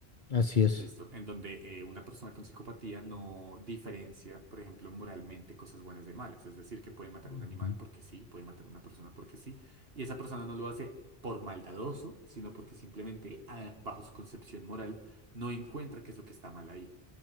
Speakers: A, on the left (about 50°); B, on the right (about 70°).
A: Así es.
B: Listo. En donde eh, una persona con psicopatía no diferencia, por ejemplo, moralmente cosas buenas de malas. Es decir, que puede matar a un
A: Ujú.
B: animal porque sí, puede matar a una persona porque sí. Y esa persona no lo hace por maldadoso, sino porque simplemente, ah, bajo su concepción moral, no encuentra qué es lo que está mal ahí,